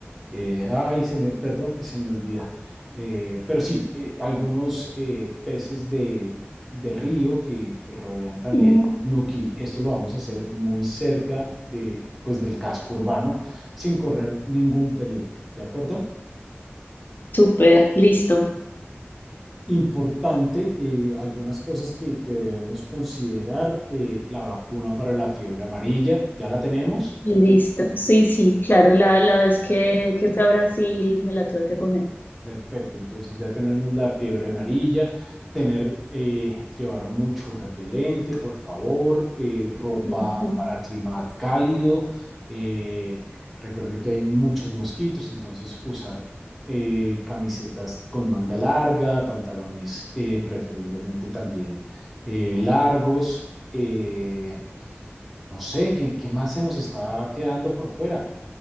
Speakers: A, in the centre; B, on the left (about 50°).
A: eh, ay, se me, perdón que se me olvida, eh, pero sí, eh, algunos eh, peces de, de río que, que rodean también
B: Mm,
A: Nuki. Esto lo vamos a hacer muy cerca de, pues, del casco urbano sin correr ningún peligro, ¿de acuerdo?
B: súper, listo.
A: Importante, eh, algunas cosas que, que debemos considerar, eh, la vacuna para la fiebre amarilla, ya la tenemos.
B: Listo. Sí, sí, claro, la, la vez que, que fui a Brasil me la tuve que poner.
A: Perfecto, entonces ya tenemos la fiebre amarilla, tener, eh, llevar mucho repelente, por favor, eh, ropa
B: Ujú.
A: para clima cálido. eh, recuerde que hay muchos mosquitos, entonces usar eh, camisetas con manga larga, pantalones eh, preferiblemente también eh, largos. eh, no sé, ¿qué, qué más se nos está quedando por fuera?